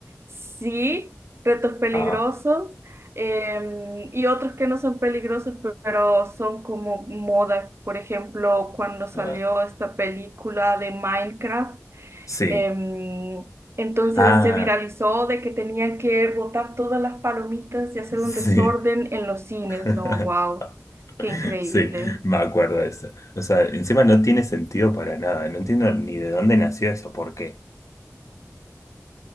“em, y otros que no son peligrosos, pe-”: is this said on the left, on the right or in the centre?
Right